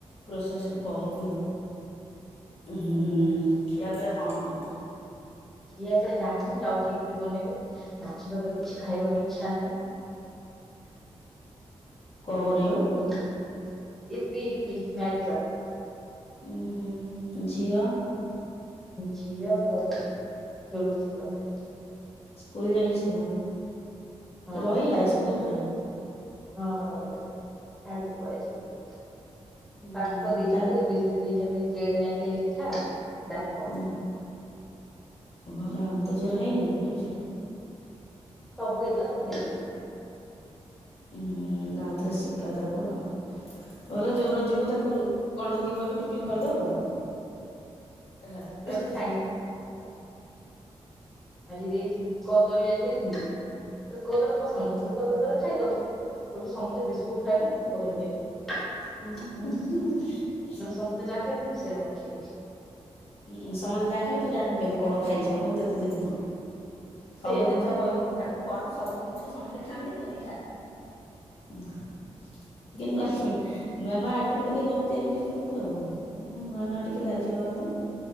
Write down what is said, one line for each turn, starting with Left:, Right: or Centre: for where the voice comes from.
Left: ପ୍ରୋସେସିଂ କହିବି ଆଉ, ହୁଁ ଖିଆ ପିଆ କଣ ହବ?
Centre: ଇଏତ ଜାଣିନି ଯାଉଛି ଇପି ବନେଇବି ମାଛ ତରକାରୀ କିଛି ଖାଇବାକୁ ଇଚ୍ଛା ନାହିଁ।
Left: କଣ
Centre: ବହୁତ
Left: ବନେଇବୁ?
Centre: ରୁଟିବା ଇପି ଇପି ମ୍ୟାଗିବା।
Left: ଉୁଁ ହୁଁ ଝିଅ।
Centre: ଝିଅ ଖେଳୁଛି ସେପଟ ଘରେ।
Left: ସ୍କୁଲ ଯାଇଥିଲା
Centre: ହଁ
Left: ରହିଲା
Centre: ଆଜି ଯାଇଥିଲା
Left: ସ୍କୁଲରେ।
Centre: ହଁ ରହିଲା ଛାଡିକି ପଳିଆସିଲି।
Left: ହୁଁ
Centre: ପାଠ
Left: ହୁଁ
Centre: ଦେଇଛନ୍ତି
Left: କାନ୍ଦି
Centre: ଏ ବି ସି ଡି ଦେଇଛନ୍ତି ଜେଡ ଯାକ ଲେଖା ଡାକ।
Left: ହୁଁ ଭଲ ଆଉ ତୋ ଝିଅର ହେଇନି ଏ ବି ସି ଡି।
Centre: ସବୁ ହେଇଥିଲା ସବୁ ଖାଇଦେଇଛି।
Left: ହଁ ଆଉଥରେ ଶିଖା ତାକୁ ଆଉ ଭଲ ଯୋଉଦିନ ଯିବୁ ତାକୁ କଣ୍ଢେଇକି କହିବୁ ଟିଫନ କରିଦବ। ହେଲା
Centre: ଆଜି
Left: ଉୁଁ ହୁଁ।
Centre: ଖାଇନି ଆଜି ଦେଇଥିଲି କଦଳୀ ଆଜି ଦେଇଥିଲି ତାର କଦଳୀ ପସନ୍ଦ। କଦଳୀ ତାହେଲେ ଖାଇଦବ କହୁଛ ସମସ୍ତେ ବିସ୍କୁଟ ଖାଇଲେ ମୁଁ କଦଳୀ ଖାଇବି।
Left: ସମସ୍ତେ
Centre: ହେଲା ମାନେ ସମସ୍ତେ ଯାହା ଖାଇବେ ମୁଁ ସେଇଆ ବନେଇଦେବି।
Left: ଉଁ ସମସ୍ତେ ଯାହାଇବେ ତୁ ଯାଣିବୁ କେମିତି କଣ ଖାଇଲି ସମସ୍ତେ ମୁଁ ତତେ ଦେବି କଣ? ସବୁ
Centre: ସେଇଆ
Left: ଜିନିଷ
Centre: ବା
Left: କହିବୁ ତାକୁ କହିବୁ ସବୁ ଜିନିଷ ସମସ୍ତେ ଖାଆନ୍ତି ତୁବିଖା। <unintelligible> ନୂଆ ନୂଆ ଆଇଟମ ଟିକେ ଦବୁ ତିଆରି କରିକି ତାକୁ ଆଉ ନୂଆ ନୂଆ ଟିକେ ରାଜି ହବାପାଇଁ।